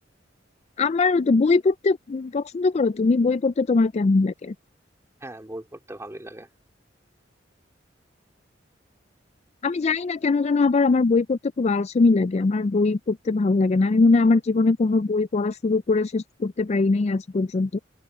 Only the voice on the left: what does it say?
আমার তো বই পড়তে পছন্দ করো তুমি বই পড়তে তোমার কেমন লাগে
আমি জানি না কেন যেন আবার আমার বই পড়তে খুব আলসেমি লাগে আমার বই পড়তে ভালো লাগে না আমি মনে হয় আমার জীবনে কোনো বই পড়া শুরু করে শেষ করতে পারি নাই আজ পর্যন্ত